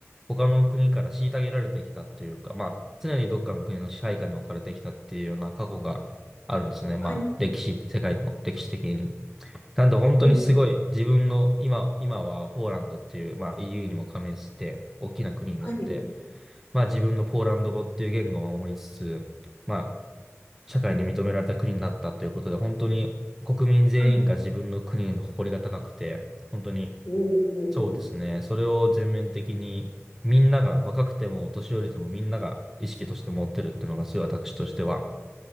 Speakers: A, in the centre; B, on the left.
A: 他の国から虐げられてきたというか、まあ、常にどっかの国の支配下に置かれてきたっていうような過去があるんですね。まあ、
B: はい、
A: 歴史、世界の歴史的に。なんで、本当にすごい、
B: はい、
A: 自分の、今、今はポーランドっていう、まあ、EU にも加盟して、大きな国になって、
B: はい、
A: まあ自分のポーランド語っていう言語を守りつつ、まあ社会に認められた国になったということで、
B: うん。
A: 本当に国民全員が自分の国に誇りが高くて、
B: はい、
A: 本当に
B: おー、
A: そうですね、それを全面的にみんなが、若くても年寄りでもみんなが意識として持ってるっていうのがすごい私としては、